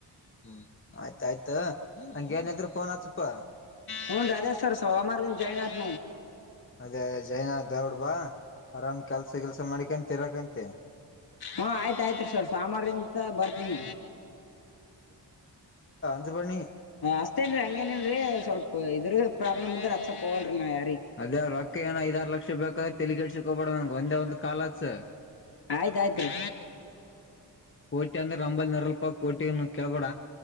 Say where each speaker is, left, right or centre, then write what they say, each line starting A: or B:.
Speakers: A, on the left; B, on the left.
A: ಹ್ಮ್ ಆಯ್ತಾಯಯ್ತ ಹಂಗೇನಿದ್ರರು ಫೋನ್ ಹಚ್ಚಪಾ.
B: ಹುನ್ ರಧೇಶ್ವರ ಸೋಮಾರ ಜನ. ಹ.
A: ಅದೇ ಅದೇ ಜೈನ ದೌಡ್ಬಾ. ಆರಾಮ್ ಕೆಲ್ಸ ಕೆಲ್ಸ ಮಾಡಿಕಂತ ಇರಕಂತೆ
B: ಹಾ ಆಯ್ತ ಆಯ್ತ್ ರೀ ಸವರ್ ಸಾಮಾರಂತ ಬರ್ತನ್
A: ಅದು ಬನ್ನಿ
B: ಅಷ್ಟತೇನ್ರರಿ ಹಂಗೇನನ್ರೀ ಸ್ವಲ್ಪ ಇದ್ರ ಪ್ರಾಬ್ಲಮ್ ಇಂದ್ರ ಕೋಲ್ ನಾಯ
A: ಅದೇ ಅವರು ಅಕ್ಕ ಏನ ಐದಾರು ಲಕ್ಷ ಕ್ಷ ಬೇಕಾದ್ರೆ ತೆಗಿಡ್ಸಿಕ ಹಬೇಡ ನನ್ಗೆ ಒಂದೇ ಒಂದ ಕಾಲತ್
B: ಆಯ್ತಾಯ್ತ್್ರೀ
A: ಕಿ ಅಂದ್ರೆ ಒಂಬೈಲ್ ನೂರ ರಲ್ಪ ಕೋಟಿ ಕೇಳಬಡ